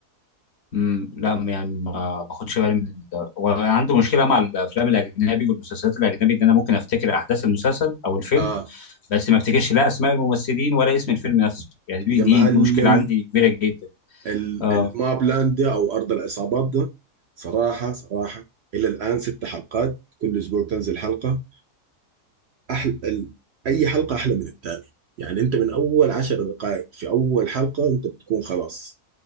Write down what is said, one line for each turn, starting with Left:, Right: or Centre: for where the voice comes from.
Left: امم لا يعني ما باخدش بالي من ال... وعنده مشكله مع الافلام الاجنبي والمسلسلات الاجنبي ان انا ممكن افتكر احداث المسلسل او الفيلم
Right: اه
Left: بس ما افتكرش لا اسماء الممثلين ولا اسم الفيلم نفسه يعني دي
Right: يا
Left: دي,
Right: معلم
Left: دي مشكله عندي كبيره جدا
Right: ال-
Left: اه
Right: الماب لاند ده او ارض العصابات ده صراحه صراحه الى الان ست حلقات كل اسبوع تنزل حلقه أحل... ال... أي حلقة أحلى من التانية يعني أنت من أول عشر دقائق في أول حلقة أنت بتكون خلاص